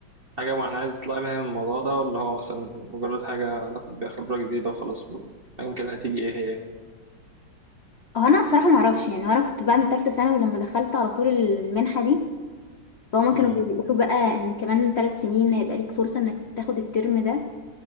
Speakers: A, on the right (about 45°); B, on the left (about 60°).
A: حاجة معينة عايز تطلعي بيها من الموضوع ده ولا هو مثلا مجرد حاجة ناخد بيها خبرة جديدة وخلاص ايا كان هتيجي ايه هي
B: هو انا الصراحه ما اعرفش يعني هو انا كنت بعد ثالثه ثانوي لما دخلت على طول المنحه دي فهم
A: مم.
B: كانوا بيقولوا بقى ان كمان ثلاث سنين هيبقى ليك فرصه انك تاخد الترم ده